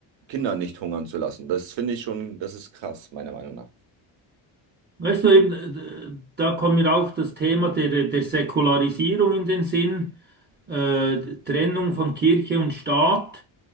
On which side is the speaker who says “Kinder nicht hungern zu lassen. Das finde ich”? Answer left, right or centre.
Right